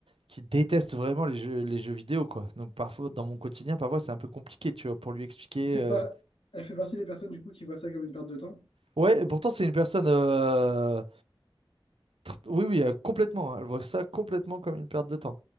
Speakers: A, on the right; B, on the left.
A: qui déteste vraiment les jeux, les jeux vidéo, quoi. Donc, parfois, dans mon quotidien, parfois, c'est un peu compliqué, tu vois, pour lui expliquer.
B: fait
A: euh,
B: par- Elle fait partie des personnes du coup qui voient ça comme une perte de temps.
A: Ouais, et pourtant c'est une personne euh, Oui, oui, euh, complètement. hein. Elle voit ça complètement comme une perte de temps.